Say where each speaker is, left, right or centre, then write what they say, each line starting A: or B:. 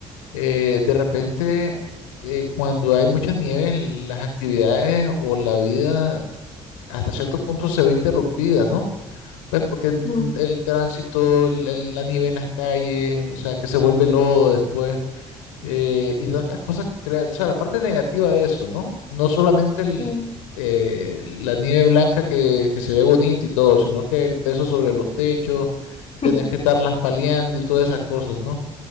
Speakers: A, on the left (about 85°); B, on the left (about 40°).
A: eh, de repente eh, cuando hay mucha nieve, las actividades o la vida hasta cierto punto se ve interrumpida, ¿no? Pues porque n-
B: mm,
A: el tránsito, el- el- la nieve en las calles, o sea, que se vuelve lodo después. eh, y tantas cosas que crean, o sea, la parte negativa de eso, ¿no? No solamente el,
B: mm.
A: eh, la nieve blanca que, que se ve bonita y todo, sino que el peso sobre los techos,
B: <laughs>
A: tener que estarlas paliando y todas esas cosas, ¿no?